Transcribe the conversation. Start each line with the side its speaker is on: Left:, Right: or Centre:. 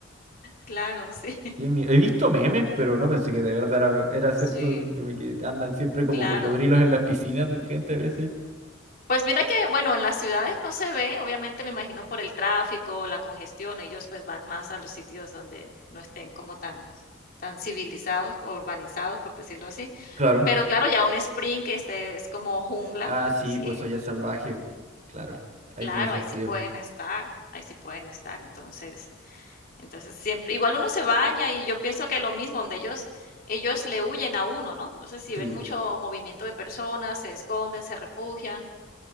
Left: Claro, sí, <laughs>
Right: Qué mie- He visto memes, pero no pensé que de verdad era, era cierto,
Left: sí,
Right: como que andan siempre como
Left: claro.
Right: cocodrilos en las piscinas de la gente a veces.
Left: Pues mira que, bueno, en las ciudades no se ve, obviamente me imagino por el tráfico, la congestión, ellos pues van más a los sitios donde no estén como tan, tan civilizados o urbanizados, por decirlo así.
Right: Claro.
Left: Pero claro, ya un sprint que este es como jungla,
Right: Ah, sí,
Left: sí,
Right: pues soy salvaje. Claro, ahí
Left: claro,
Right: tiene sentido.
Left: ahí sí pueden estar, ahí sí pueden estar. Entonces, entonces siempre, igual uno se baña y yo pienso que lo mismo, donde ellos, ellos le huyen a uno, ¿no? Entonces, si
Right: Sí,
Left: ven mucho movimiento de personas, se esconden, se refugian.